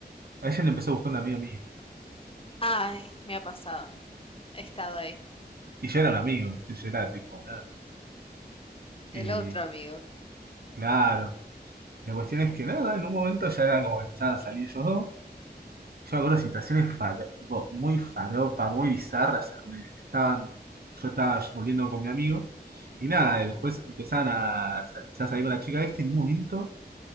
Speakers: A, on the right; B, on the left.
A: a ella le empezó a gustar un amigo mío.
B: Ay, me ha pasado. He estado ahí.
A: Y yo era un amigo, ¿viste? Yo era tipo, nada. eh,
B: El otro amigo.
A: claro. Y la cuestión es que nada, en un momento ya era como que empezaban a salir ellos dos. Yo me acuerdo de situaciones faro- tipo, muy faropa, muy bizarras, en donde estaban, yo estaba volviendo con mi amigo, y nada,
B: Ujú.
A: y después empezaban a, empezaba a salir con la chica esta, y en un momento